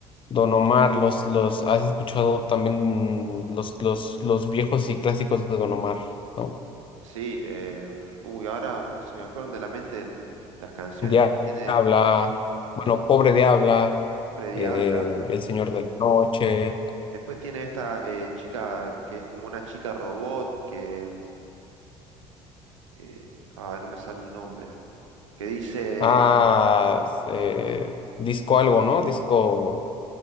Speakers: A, on the left; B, on the right.
A: Don Omar, los, los, ¿has escuchado también los, los, los viejos y clásicos de Don Omar, ¿no?
B: Sí, eh, uy, ahora mm, se me fueron de la mente el- las canciones,
A: Diabla,
B: pero tiene
A: bueno, Pobre Diabla,
B: Freddy
A: eh,
B: Habla.
A: El Señor de la Noche,
B: Después tiene esta eh, chica que es como una chica robot que. mm, eh, ah, no me sale el nombre. Que dice.
A: ah, eh, disco algo, ¿no? Disco,